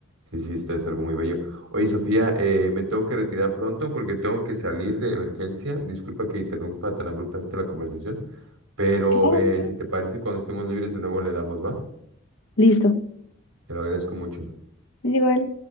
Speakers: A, on the right (about 75°); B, on the left (about 65°).
A: Sí, sí, está, es algo muy bello. Oye, Sofía, eh, me tengo que retirar pronto porque tengo que salir de emergencia. Disculpa que interrumpa tan abruptamente la conversación, pero
B: <laughs>
A: eh,
B: Claro.
A: si te parece, cuando estemos libres de nuevo le damos, ¿va?
B: Listo.
A: Te lo agradezco mucho.
B: Igual.